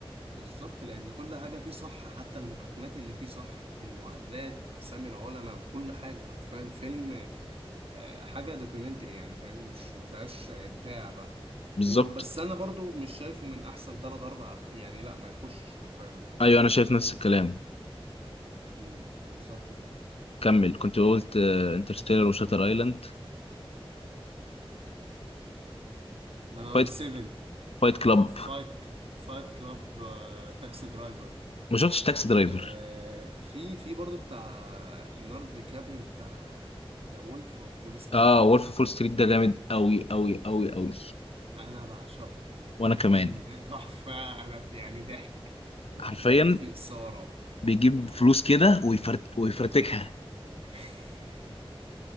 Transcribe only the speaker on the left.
بالظبط
ايوه انا شايف نفس الكلام
كمل كنت قلت انترستيلر وشاتر ايلاند
فايت
فايت كلاب
ما شفتش تاكسي درايفر
اه وولف فول ستريت ده جامد قوي قوي قوي قوي
وانا كمان
حرفيا
بيجيب
فلوس كده ويفرت ويفرتكها